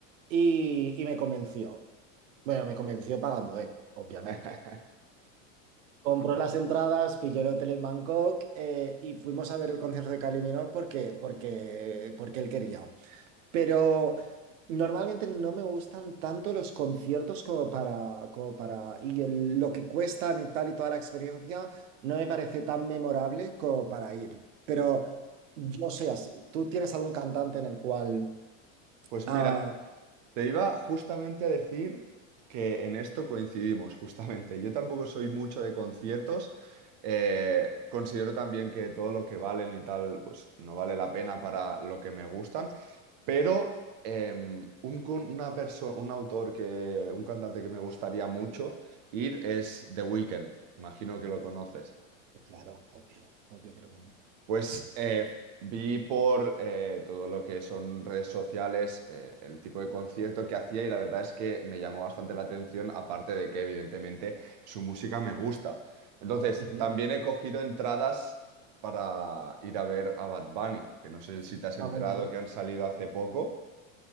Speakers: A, on the right; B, on the right.
A: y, y me convenció. Bueno, me convenció pagando él, obviamente.
B: <laughs>
A: Compró las entradas, pilló el hotel en Bangkok eh, y fuimos a ver el concierto de Kylie Minogue porque, porque, porque él quería. Pero normalmente no me gustan tanto los conciertos como para, como para, y el- lo que cuestan y tal y toda la experiencia no me parece tan memorable como para ir. Pero yo soy así. ¿Tú tienes algún cantante en el cual...
B: Pues
A: Ah,
B: mira, te iba justamente a decir que en esto coincidimos, justamente. Yo tampoco soy mucho de conciertos. eh, considero también que todo lo que valen y tal, pues no vale la pena para lo que me gustan. Pero em, un, con- una perso- un autor que, un cantante que me gustaría mucho ir es The Weeknd. Imagino que lo conoces.
A: claro, obvio, obvio que lo conozco.
B: Pues
A: Sí.
B: eh, vi por eh, todo lo que son redes sociales eh, el tipo de concierto que hacía y la verdad es que me llamó bastante la atención, aparte de que evidentemente su música me gusta. Entonces,
A: Ujú.
B: también he cogido entradas para ir a ver a Bad Bunny, que no sé si te has enterado
A: Ah, muy bien.
B: que han salido hace poco.